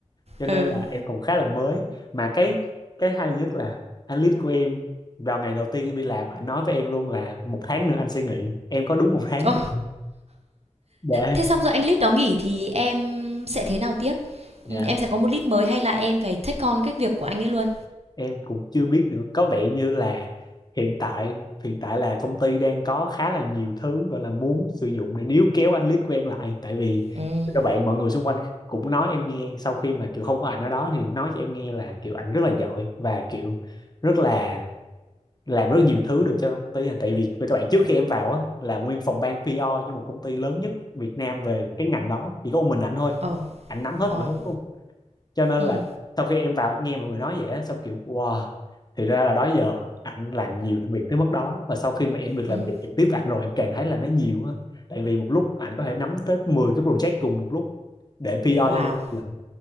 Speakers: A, on the left (about 35°); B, on the right (about 60°).
A: cho nên
B: ừ.
A: là em còn khá là mới mà cái cái hay nhất là anh lead của em vào ngày đầu tiên em đi làm anh nói với em luôn là một tháng nữa anh sẽ nghỉ em có đúng một tháng
B: Ô,
A: để, để
B: thế xong rồi anh lead đó nghỉ thì em sẽ thế nào tiếp?
A: dạ
B: Ừm, em sẽ có một lead mới hay là em phải take on cái việc của anh ấy luôn?
A: em cũng chưa biết nữa có vẻ như là hiện tại hiện tại là công ty đang có khá là nhiều thứ gọi là muốn sử dụng để níu kéo anh lead của em lại tại vì
B: Ừm.
A: các bạn mọi người xung quanh cũng nói em nghe sau khi mà kiểu không có ảnh ở đó thì nói cho em nghe là kiểu ảnh rất là giỏi và kiểu rất là làm rất nhiều thứ được cho công ty à. tại vì về các bạn trước khi em vào á là nguyên phòng ban PR cho một công ty lớn nhất Việt Nam về cái ngành đó chỉ có một mình ảnh thôi
B: Ồ,
A: ảnh nắm hết
B: ồ.
A: mọi thứ luôn cho nên
B: Ừm,
A: là sau khi em vào em nghe mọi người nói vậy á xong kiểu wow thì ra là đó giờ ảnh làm nhiều việc tới mức đó và sau khi mà em được
B: ừm.
A: làm việc trực tiếp với ảnh rồi em càng thấy là nó nhiều á tại vì một lúc ảnh có thể nắm tới 10 cái project cùng một lúc để PR
B: Wow.
A: cho công ty lận